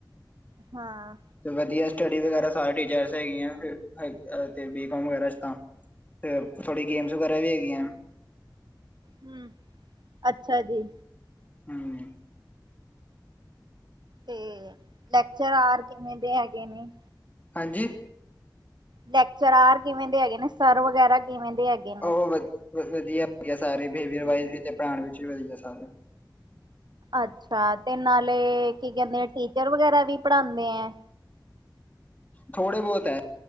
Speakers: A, on the right; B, on the left.
A: ਹਾਂ।
B: ਤੇ ਵਧੀਆ ਸਟੱਡੀ ਵਗੈਰਾ ਸਾਰੇ ਟੀਚਰਸ ਹੈਗੀਆਂ ਤੇ ਬੀਕੋਮ ਵਗੈਰਾ ਚ' ਤਾਂ ਤੇ ਥੋੜ੍ਹੀ ਗੇਮਸ ਵਗੈਰਾ ਵੀ ਹੈਗੀਏ।
A: ਹੁ ਅੱਛਾ ਜੀ।
B: ਹਮ।
A: ਹਮ, ਲੈਕਚਰ ਆਰ ਕਿਵੇਂ ਦੇ ਹੈਗੇ ਨੇ।
B: ਹਾਂਜੀ?
A: ਲੈਕਚਰਾਰ ਕਿਵੇਂ ਦੇ ਹੈਗੇ ਨੇ? ਸਰ ਵਗੈਰਾ ਕਿਵੇਂ ਦੇ ਹੈਗੇ ਨੇ?
B: ਉਹ ਵਧੀਆ ਵਧੀਆ ਸਾਰੇ, ਬਿਹੇਵੀਅਰ ਵਾਇਜ਼ ਵੀ ਪੜ੍ਹਾਉਣ ਵਿੱਚ ਵੀ ਵਧੀਆ ਸਾਰੇ।
A: ਅੱਛਾ ਤੇ ਨਾਲੇ ਕੀ ਕਹਿੰਦੇ ਟੀਚਰ ਵਗੈਰਾ ਵੀ ਪੜਾਉਂਦੇ ਆ?
B: ਥੋੜੇ ਬਹੁਤ ਐ